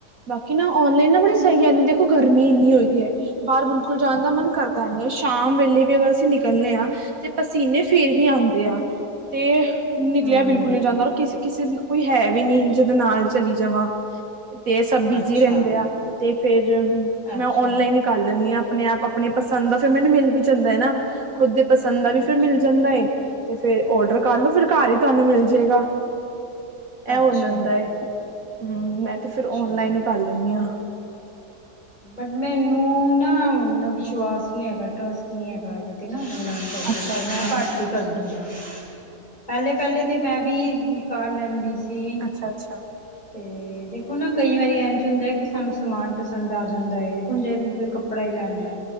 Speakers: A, on the right; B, on the left.
A: ਬਾਕੀ ਨਾ ਔਨਲਾਈਨ ਨਾ ਬੜੀ ਤਾਂਈ ਐਨੀ ਦੇਖੋ ਗਰਮੀ ਇੰਨੀ ਹੋਈਦੀ ਐ। ਬਾਰ ਬਿਲਕੁਲ ਜਾਣ ਦਾ ਮਨ ਕਰਦਾ ਨਈ ਐ, ਸ਼ਾਮ ਵੇਲੇ ਵੀ ਅਗਰ ਅਸੀਂ ਨਿਕਲਨੇ ਆਂ ਤੇ ਪਸੀਨੇ ਫੇਰ ਵੀ ਆਂਦੇ ਆ, ਤੇ ਨਿਕਲਿਆ
B: ਹੂੰ
A: ਬਿਲਕੁਲ ਨੀ ਜਾਂਦਾ ਔਰ ਕਿਸੇ-ਕਿਸੇ ਕੋਈ ਹੈ ਵੀ ਨੀ ਜਿਦੇ ਨਾਲ ਚਲੀ ਜਾਵੇ। ਤੇ ਸਭ ਬਿਜ਼ੀ
B: ਅੱਛਾ
A: ਰੈਂਦੇ ਆ, ਤੇ ਫੇਰ
B: ਅੱਛਾ
A: ਮੈਂ ਔਨਲਾਈਨ ਈ ਕਰ ਲੈਂਨੀ ਆਂ ਆਪਨੇ ਆਪ ਆਪਨੀ ਪਸੰਦ ਦਾ ਫਿਰ ਮੈਨੂੰ ਮਿਲ ਵੀ ਜਾਂਦਾ ਐ ਨਾ। ਖੁਦ ਦੇ ਪਸੰਦ ਦਾ ਵੀ
B: ਅੱਛਾ
A: ਫਿਰ ਮਿਲ ਜਾਂਦਾ ਏ, ਤੇ ਫਿਰ ਔਡਰ ਕਰਲੋ ਫਿਰ ਘਰ ਈ ਤਾਨੂੰ ਮਿਲ ਜੇਗਾ। ਐ
B: ਅੱਛਾ
A: ਹੋ ਜਾਂਦਾ ਏ, ਹੂੰ ਮੈਂ ਤੇ ਫਿਰ
B: ਅੱਛਾ
A: ਔਨਲਾਈਨ ਈ ਕਰ ਲੈਂਨੀ ਆਂ।
B: ਬਟ ਮੈਨੂੰ ਨਾ ਐਨਾ ਵਿਸ਼ਵਾਸ ਨੀ ਹੈਗਾ ਟਰਸਟ ਨੀ ਹੈਗਾ ਏਹਦੇ ਤੇ ਨਾ ਸ਼ੋਪਿੰਗ
A: ਅੱਛਾ
B: ਤੇ
A: ਅੱਛਾ
B: ਮੈਂ ਘੱਟ ਈ ਕਰਦੀ ਆ। ਪੈਲੇ-ਪੈਲੇ ਤੇ ਮੈਂ ਵੀ ਕਰ ਲੈਂਦੀ ਸੀ।
A: ਅੱਛਾ-ਅੱਛਾ।
B: ਤੇ ਦੇਖੋ ਨਾ ਕਈ ਵਾਰੀ ਇੰਝ ਹੁੰਦਾ ਐ ਕਿ ਸਾਨੂੰ ਸਮਾਨ ਪਸੰਦ ਆ ਜਾਂਦਾ ਏ ਦੇਖੋ ਜੇ ਕੋਈ ਕੱਪੜਾ ਈ ਲੈਨਾ ਐ।